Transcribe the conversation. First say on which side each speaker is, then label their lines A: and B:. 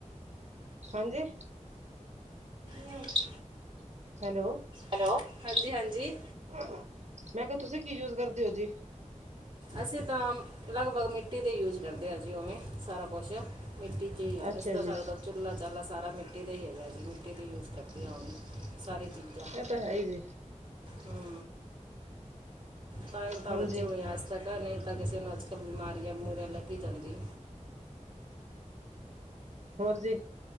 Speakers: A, on the right; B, on the right.
A: ਹਾਂਜੀ।
B: ਯੂਜ
A: ਹੈਲੋ,
B: ਹੈਲੋ, ਹਾਂਜੀ-ਹਾਂਜੀ।
A: ਮੈਂ ਕਿਹਾ, ਤੁਸੀਂ ਕੀ ਯੂਜ ਕਰਦੇ ਹੋ ਜੀ?
B: ਅਸੀਂ ਤਾਂ ਲਗਭਗ ਮਿੱਟੀ ਦੇ ਯੂਜ ਕਰਦੇ ਹਾਂ ਜੀ ਉਵੇਂ ਸਾਰਾ ਕੁਛ। ਮਿੱਟੀ 'ਚ
A: ਅੱਛਾ
B: ਇਸਦਾ
A: ਜੀ,
B: ਸਡਾ ਦਾੁ ਚੁਲਾ- ਚਾਲਾ ਸਾਰਾ ਮਿੱਟੀ ਦਾ ਹੀ ਹੈਗਾ ਜੀ ਮਿੱਟੀ ਦਾ ਯੂਜ ਕਰਦੇ ਹੋਵੇਂ ਸਾਰੇ ਚੀਜ਼ਾਂ।
A: ਇਹ ਤਾਂ ਹੈ ਹੀ ਜੀ,
B: ਹੂੰ ਤਾਂ ਹੀ ਤਾਂ
A: ਹਾਂਜੀ
B: ਬਚੇ ਹੋਏ ਅੱਜ ਤੱਕ ਨਹੀਂ ਤਾਂ ਕਿਸੇ ਨੂੰ ਅੱਜ ਕੱਲ ਬਿਮਾਰੀਆਂ- ਮੂੜਿਆਂ ਲੱਗੀ ਜਾਂਦੀ।
A: ਹੋਰ ਜੀ।